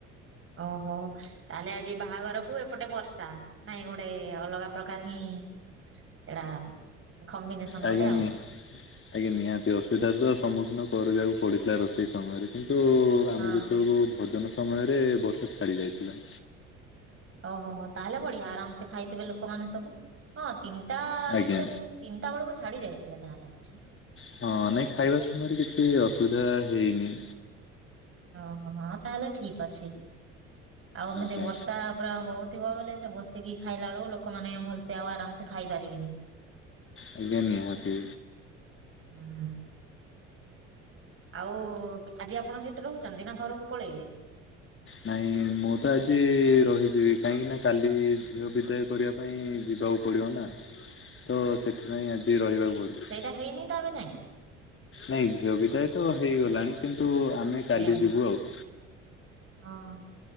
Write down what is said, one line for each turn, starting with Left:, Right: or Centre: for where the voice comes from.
Right: ଓହୋ ତାହେଲେ ଆଜି ବାହାଘରକୁ ଏପଟେ ବର୍ଷା। ନାଇଁ ଗୋଟେ ଅଲଗା ପ୍ରକାର ହିଁ ସେଟା। କମ୍ବିନେସନ
Left: ଆଜ୍ଞ
Right: ଗୋଟେ ଆଉ।
Left: ନି ଆ। ଆଜ୍ଞା ନିହାତି ଅସୁବିଧାରେ ତ ସମ୍ମୁଖୀନ କରିବାକୁ ପଡିଥିଲା ରୋଷେଇ ସମୟରେ କିନ୍ତୁ ତ ଆମେ
Right: ହଁ।
Left: ଯେତେବେଳକୁ ଭୋଜନ ସମୟରେ ବର୍ଷା ଛାଡ଼ି ଯାଇଥିଲା।
Right: ଓହୋ ହୋ ତାହେଲେ ବଢିଆ ଆରାମସେ ଖାଇଥିବେ ଲୋକମାନେ ସବୁ ହଁ ତିନିଟା
Left: ଆଜ୍ଞା
Right: ଦିଟା ତିନି ତିନିଟା ବେଳକୁ ଛାଡି ଯାଇଥିଲା ଯାହା ଲାଗୁଛି।
Left: ହଁ ନାଇଁ ଖାଇବା ସମୟରେ କିଛି ଅସୁବିଧା ହେଇନି।
Right: ଓହୋ ହ ତାହେଲେ ଠିକ ଅଛି, ଆଉ ଏମିତି
Left: ଆଜ୍ଞା
Right: ବର୍ଷା ପୁରା ହଉଥିବ ବଲେ ସେ ବସିକି ଖାଇଲା ବେଳକୁ ଲୋକମାନେ ଭଲସେ ଆଉ ଆରାମସ ଖାଇ ପାରିବେନି।
Left: ଆଜ୍ଞା ନିହାତି।
Right: ହୁଁ। ଆଉ ଆଜି ଆପଣ ସେଠି ରହୁଛନ୍ତି ନା ଘରକୁ ପଳେଇବେ।
Left: ନାଇଁ ମୁଁ ତ ଆଜି ରହିଯିବି କାହିଁକି ନା କାଲି ଝିଅ ବିଦା ପାଇଁ ଯିବାକୁ ପଡ଼ିବ ନା ତ ସେଥିପାଇଁ ଆଜି ରହିବାକୁ ପଡ଼ିବ।
Right: ତା ହେଇନି ତା ଏବେ ଯାଏଁ।
Left: ନାଇଁ ଝିଅ ବିଦାୟ ତ ହେଇଗଲାଣି କିନ୍ତୁ ଆମେ
Right: ଆଜ୍ଞା।
Left: କାଲି ଯିବୁ ଆଉ।
Right: ହଁ ହଁ।